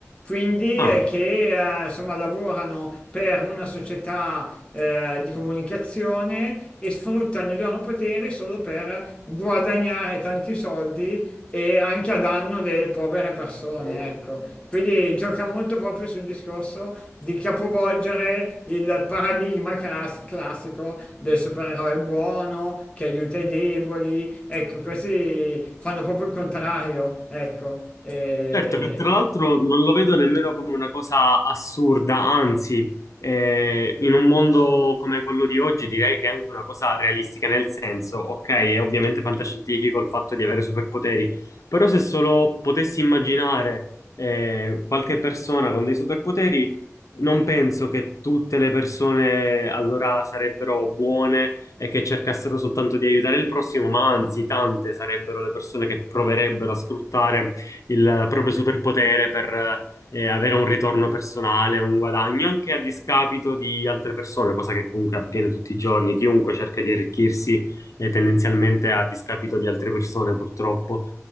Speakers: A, on the left; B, on the left.
A: quindi
B: ah,
A: eh, che eh, insomma, lavorano per una società eh, di comunicazione e sfruttano i loro poteri solo per guadagnare tanti soldi e anche a danno delle povere persone, ecco. Quindi gioca molto proprio sul discorso di capovolgere il paradigma clas- classico del supereroe buono che aiuta i deboli, ecco, questi fanno proprio il contrario, ecco. E...
B: Certo che tra l'altro non lo vedo nemmeno come una cosa assurda, anzi, eh, in un mondo come quello di oggi direi che è anche una cosa realistica, nel senso, ok, è ovviamente fantascientifico il fatto di avere superpoteri, però se solo potessi immaginare eh, qualche persona con dei superpoteri, non penso che tutte le persone allora sarebbero buone e che cercassero soltanto di aiutare il prossimo, ma anzi, tante sarebbero le persone che proverebbero a sfruttare il proprio superpotere per eh, avere un ritorno personale, un guadagno, anche a discapito di altre persone, cosa che comunque avviene tutti i giorni. Chiunque cerca di arricchirsi eh, tendenzialmente a discapito di altre persone, purtroppo.